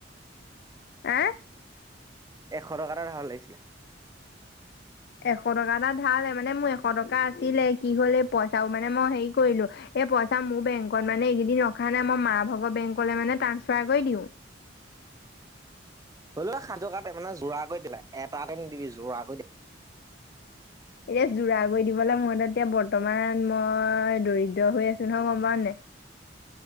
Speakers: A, on the left; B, on the right.
A: আ,
B: এশ টকা এটা ধাৰলে লাগিছিলে
A: এশ টকা এটা ধাৰ লে, মানে মোৰ এশ টকা আছিলে কি হলে পইচাৰ মানে মই হেৰি কৰিলো এই পইচা মোৰ বেংকত মানে এইকেইদিন ৰখা নাই মই মা ভগৰ বেংকলে মানে ট্ৰাঞ্চফাৰ কৰি দিওঁ
B: হ'ল সাজু কাতে মানে জোৰা কৰি দিলা এটাকে নিদিবি জোৰা কৰি দি
A: এতিয়া যোৰা কৰি দিবলৈ মই এতিয়া বৰ্তমান মই দৰিদ্ৰ হৈ আছো নহয় গম পাওঁ নে?